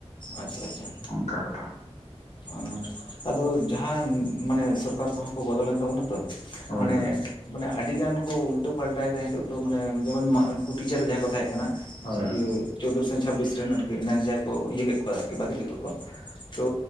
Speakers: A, on the left; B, on the left.
A: ᱟᱪᱪᱷᱟ ᱟᱪᱪᱷᱟ᱾
B: ᱚᱱᱠᱟ ᱠᱟᱛᱷᱟ
A: ᱟᱨ ᱟᱫᱚ ᱡᱟᱦᱟᱸ ᱢᱟᱱᱮ ᱥᱚᱨᱠᱟᱨ ᱠᱚᱦᱚᱸ ᱠᱚ ᱵᱚᱫᱚᱞᱮᱱ ᱛᱟᱵᱚᱱᱟ ᱛᱚ
B: ᱦᱳᱭ
A: ᱢᱟᱱᱮᱻ
B: ᱦᱳᱭ
A: ᱢᱟᱱᱮ ᱟᱹᱰᱤ ᱜᱟᱱ ᱠᱚ ᱩᱞᱴᱟᱹ ᱯᱟᱞᱴᱟᱭᱫᱟ ᱱᱤᱛᱚᱜ ᱫᱚ ᱢᱟᱱᱮ ᱡᱮᱢᱚᱱ ᱢᱟᱜ ᱱᱩᱠᱩ ᱴᱤᱪᱟᱨᱮ ᱡᱟᱦᱟᱸᱭ ᱠᱚ ᱛᱟᱦᱮᱸᱜ ᱠᱟᱱᱟ
B: ᱦᱳᱭ ᱦᱳᱭ
A: ᱤᱭᱟᱹ ᱪᱳᱫᱽᱫᱳ ᱥᱮᱱ ᱪᱷᱟᱵᱵᱤᱥ ᱨᱮᱱ ᱟᱨᱠᱤ ᱱᱮᱥ ᱡᱟᱦᱟᱭ ᱠᱚ ᱤᱭᱟᱹ ᱠᱮᱜ ᱠᱚᱣᱟ ᱟᱨᱠᱤ ᱵᱟᱛᱤᱞ ᱠᱮᱜ ᱠᱚᱣᱟ ᱛᱚ